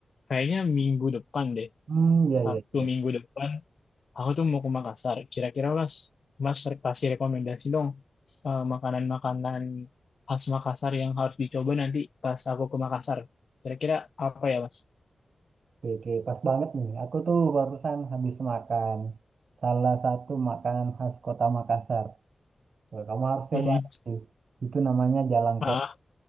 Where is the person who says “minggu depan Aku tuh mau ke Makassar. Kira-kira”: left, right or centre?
Left